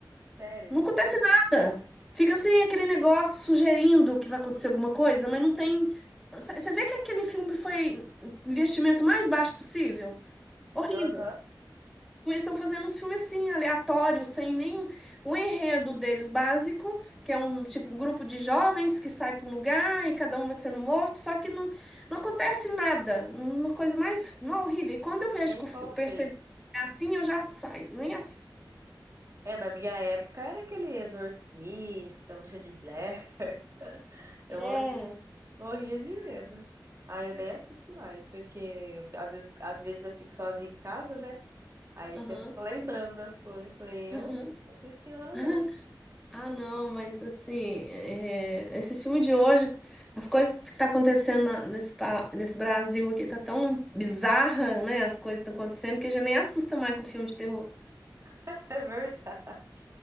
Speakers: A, on the right; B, in the centre.
A: Sério?
B: Não acontece nada. Fica assim aquele negócio sugerindo que vai acontecer alguma coisa, mas não tem. Você vê que aquele filme foi investimento mais baixo possível? Horrível.
A: Aham,
B: Mas estão fazendo uns filmes assim, aleatórios, sem nenhum. O enredo deles básico, que é um tipo um grupo de jovens que sai para um lugar e cada um vai sendo morto, só que não, não acontece nada. Uma coisa mais não, horrível. E quando eu vejo
A: bem
B: que eu fi-
A: mal
B: percebo
A: feito.
B: que é assim, eu já saio, nem assisto.
A: É, na minha época era aquele Exorcista, Bruxa de Blair. <laughs> Eu
B: É.
A: morria, morria de medo. Aí eu nem assisto mais, porque eu às vezes, às vezes eu fico sozinha em casa, né? Aí
B: Aham.
A: se eu fica lembrando das coisas. Eu Falei,
B: Aham.
A: eu não assisti nada,
B: <laughs>
A: não.
B: Ah, não, mas assim, é, esses filmes de hoje, as coisas que tá acontecendo na- nesse, pa- nesse Brasil aqui tá tão bizarra, né? As coisas estão acontecendo que a gente nem assusta mais com filme de terror,
A: <laughs> É verdade,